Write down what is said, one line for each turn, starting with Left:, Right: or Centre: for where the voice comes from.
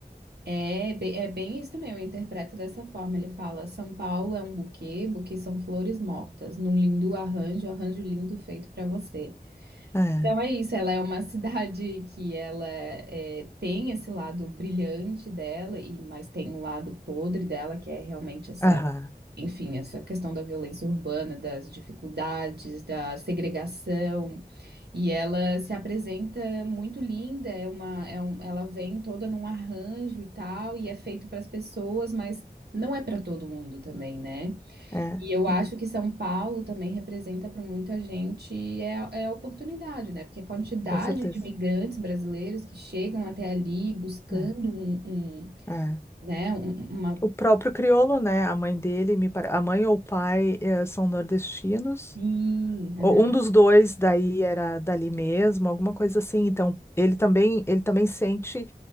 Right: É, bem- é bem isso também, eu interpreto dessa forma. Ele fala: São Paulo é um buquê, buquê são flores mortas, num lindo arranjo, arranjo lindo feito para você.
Left: É,
Right: Então é isso, ela é uma <laughs> cidade que ela é, tem esse lado brilhante dela, e mas tem um lado podre dela, que é realmente essa.
Left: aham,
Right: enfim, essa questão da violência urbana, das dificuldades, da segregação, e ela se apresenta muito linda, é uma, é um, ela vem toda num arranjo e tal, e é feito para as pessoas, mas não é para todo mundo também, né?
Left: é,
Right: E eu acho
Left: e-
Right: que São Paulo também representa para muita gente é, a- é a oportunidade, né? Porque a quantidade
Left: com certeza.
Right: de imigrantes brasileiros que chegam até ali buscando
Left: É,
Right: um, um,
Left: é.
Right: né, um- uma.
Left: O próprio crioulo, né? A mãe dele, me pare... a mãe ou o pai eh, são nordestinos.
Right: Sim, aham.
Left: Ou Um dos dois daí era dali mesmo, alguma coisa assim. Então, ele também, ele também sente,